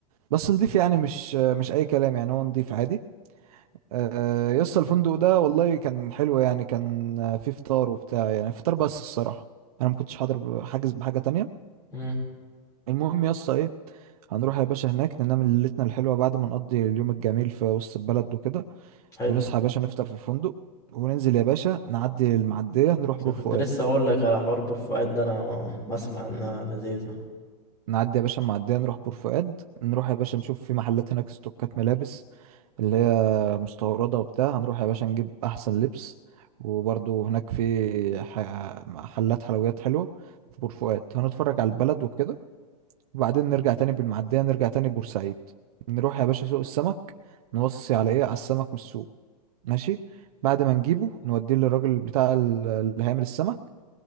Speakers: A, on the right; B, on the left.
A: بس نضيف يعني مش مش اي كلام يعني هو نضيف عادي آه، يا اسطى الفندق ده والله كان حلو يعني كان آه، فيه فطار وبتاع يعني فطار بس الصراحة انا ما كنتش حاضر حاجز بحاجة تانية
B: امم
A: المهم يا اسطى ايه هنروح يا باشا هناك ننام ليلتنا الحلوة بعد ما نقضي اليوم الجميل في وسط البلد وكده
B: حلو
A: ونصحى يا باشا نفطر في الفندق وننزل يا باشا نعدي المعدية نروح بور
B: انا كنت
A: فؤاد
B: لسه اقول لك على حوار بورفؤاد ده انا بسمع انها لذيذه
A: نعدي يا باشا المعدية نروح بور فؤاد نروح يا باشا نشوف في محلات هناك ستوكات ملابس اللي هي مستوردة وبتاع هنروح يا باشا نجيب أحسن لبس وبرضه هناك في ح- محلات حلويات حلوة في بور فؤاد هنتفرج على البلد وكده وبعدين نرجع تاني بالمعدية نرجع تاني بورسعيد نروح يا باشا سوق السمك نوصي على ايه على السمك من السوق ماشي بعد ما نجيبه نوديه للراجل بتاع ال- اللي هيعمل السمك